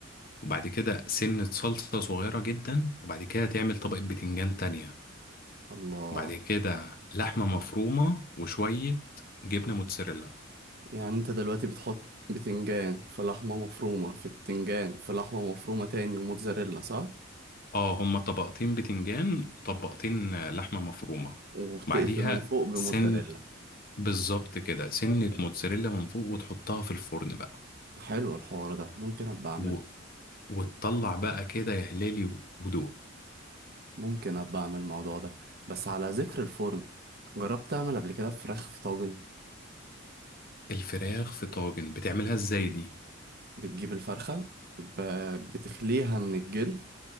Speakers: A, on the left; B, on the right.
A: وبعد كده سنة صلصة صغيرة جدا وبعد كده تعمل طبقة بتنجان تانية
B: الله
A: بعد كده لحمة مفرومة وشوية جبنة موتزاريلا
B: يعني انت دلوقتي بتحط بتنجان في لحمه مفرومه في بتنجان في لحمه مفرومه تاني وموتزاريلا صح
A: اه هما طبقتين بتنجان وطبقتين آه، لحمة مفرومة
B: وبتقفل
A: بعديها
B: من فوق بموتزاريلا
A: سن بالظبط كده سنة موتزاريلا من فوق وتحطها في الفرن بقى
B: حلو الحوار ده ممكن ابقى اعمل
A: و... وتطلع بقى كده يا هلالي هدوء
B: ممكن ابقى اعمل الموضوع ده بس على ذكر الفرن جربت تعمل قبل كده فراخ في طاجن
A: الفراخ في طاجن بتعملها ازاي دي
B: بتجيب الفرخه ب... بتخليها من الجلد